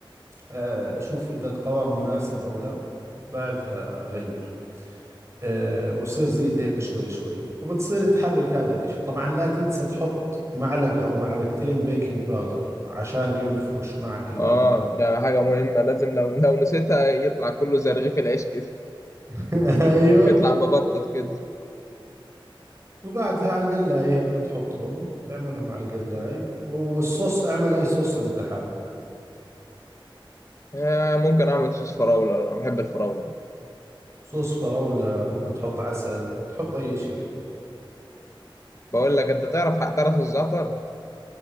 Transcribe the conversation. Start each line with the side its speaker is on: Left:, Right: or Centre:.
Right: آه... شوف اذا القوام مناسب او لا بعدها غير آه، وصير زيد هيك شوي شوي وبتصير تحرك هذا الاشي طبعا لا تنسى تحط معلقة او معلقتين بيكنج باودر عشان ينفش معك البانكيك
Left: اه ده حاجة مهمة لازم لو لو نسيتها يطلع كله زي رغيف العيش كده
Right: <laughs> ايوه
Left: يطلع مبطط كده
Right: وبعدها على القلاية هيك بتحطهم تعملهم على القلاية والصوص اعمل اي صوص انت حابه
Left: آه ممكن اعمل صوص فراولة انا بحب الفراولة
Right: صوص فراولة ممكن تحط عسل تحط اي شيء يعني
Left: بقول لك انت تعرف تعرف الزعتر